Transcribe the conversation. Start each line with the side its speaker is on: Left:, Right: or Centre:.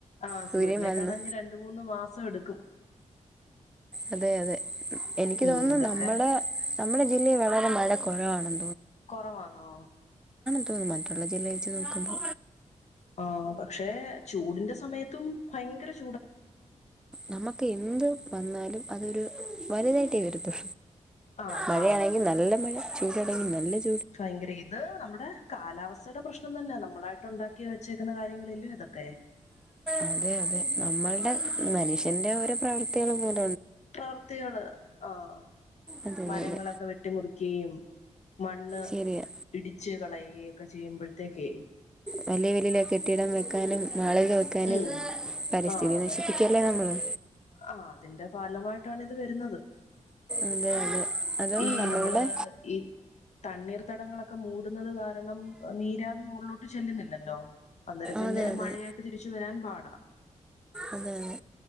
Left: ആ
Centre: സൂര്യൻ
Left: സൂര്യനെ
Centre: വന്ന്
Left: കാണാഞ്ഞ് രണ്ട് മൂന്ന് മാസം എടുക്കും
Centre: അതെ അതെ എനിക്ക്
Left: ഉം
Centre: തോന്നുന്നു
Left: ഇതൊക്കെ
Centre: നമ്മടെ നമ്മുടെ ജില്ലയിൽ വളരെ മഴ കൊറവാണെന്ന്
Left: കൊറവാന്നോ
Centre: ഉം മറ്റുള്ള ജില്ല വെച്ച് നോക്കുമ്പോ
Left: ഓ പക്ഷെ ചൂടിന്റെ സമയത്തും ഭയങ്കര ചൂ
Centre: നമ്മക്ക് എന്ത് വന്നാലും അതൊരു വലുതായിട്ടേ വെരത്തൊ
Left: ആഹ്
Centre: മഴയാണെങ്കിൽ
Left: ആഹ്
Centre: നല്ല മഴ ചൂടാണെങ്കിൽ നല്ല ചു
Left: ഭയങ്കര ഇത് നമ്മുടെ കാലാവസ്ഥയുടെ പ്രശ്നം തന്നെയാ നമ്മളായി ട്ട്ണ്ടാക്കി വെച്ചേക്കുന്ന കാര്യങ്ങളല്ലോ ഇതൊക്കെ
Centre: അതെ അതെ നമ്മളുടെ മനുഷ്യന്റെ ഓരോ പ്രവൃത്തികളു പോലെ
Left: പ്രവൃത്തികള് ആഹ
Centre: അതെ അതെ
Left: മരങ്ങളൊക്കെ
Centre: അതെ
Left: വെട്ടിമുറിക്കുകയും മണ്ണ്
Centre: ശരിയാ
Left: ഇടിച്ച് കളയുകയൊക്കെ ചെയ്യുമ്പോഴത്തേക്കെ
Centre: വലിയ വലയില കെട്ടിയിടം വെക്കാനും നളെ തോക്കാനും
Left: ഉം
Centre: പരിസ്ഥിതി
Left: ആ അതെ
Centre: നശിപ്പിക്കല്ലേ നമ്മള്
Left: ആ അതിന്റെ ഫാലമായിട്ടാണ് ഇത് വരുന്നത്
Centre: അതെ അതെ അതോ
Left: ഈ
Centre: നമ്മളുടെ
Left: നമ്മള് ഈ തണ്ണീർത്തടങ്ങളൊക്കെ മൂടുന്നത് കാരണം നീരാവി മുകളിലോട്ട് ചെല്ലുന്നില്ലല്ലോ അന്നേരം പിന്നെ
Centre: അതെ അതെ
Left: മഴയായിട്ട് തിരിച്ചു വരാൻ പാടാ
Centre: അതെതെ